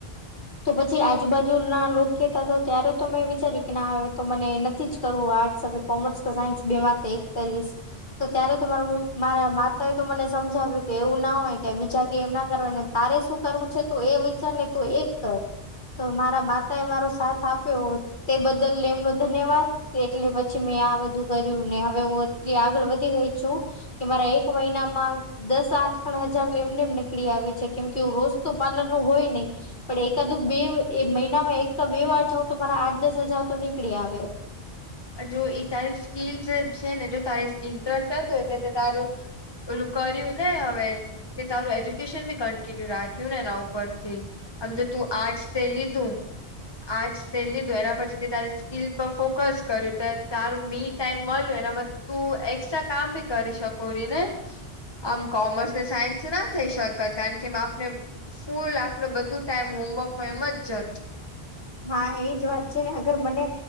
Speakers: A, on the left (about 50°); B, on the left (about 25°).
A: તો પછી આજુબાજુ ના લોકો કતા હતા ત્યારે તો મેં વિચાર્યું કે ના હવે તો મને નથી જ કર હું આર્ટસ હ કોમર્સ કે સાયન્સ બે તો એક કરીશ તો ત્યારે તો મારું મારા માતાએ તો મને સમજાવ્યું કે એવું ના હોય કે બીજા ક એમ ના કરવાને તારે શું કરવું છે તો એ વિચાર ને તો એક કર તો મારા માતા એ મારો સાથ આપ્યો તે બદલ ને એમનો ધન્યવાદ એટલે પછી મેં આ બધું કર્યું ને હવે હું એટલી આગળ વધી ગઈ છુ. કે મારા એક મહિનામા દસ આઠ પણણ હજાર એમનેમ નીકળી આવે છે, કેમ કેું રોજ તો પાર્લર નું હોય નહી. પણ એકાદુ બે મહિનામાં એક બે વાર જઉં તો મારા આઠ દસ હજાર તો નીકળી આવે
B: જો તારી સ્કીલ છે ને જો ત ઇન્ટરેસ્ટ આવતો એટલે તારુ ઓલું કર્યું ને હવે તે તારું એજ્યુકેશન બી કન્ટિન્યુ રાખ્યું ને એના ઉપરથી આમ તો તું આર્ટસ તે લીધું આર્ટસ તે લીધો એના પછી તે તારી સ્કીલ પર ફોકસ કર્યું ત તારું મી ટાઈમ મળ્યું એનામા તું એકક્સ્ટ્રા કામ ભી કરી શકો ર ને આમ કોમર્સ ને સાયન્સથી ના થઈ શકત કારણ કે આપને ફૂલ આપને બધું ટાઈમ હોમવર્કમાં એમ જ જાત.
A: હા એજ વાત છેને, અગર મને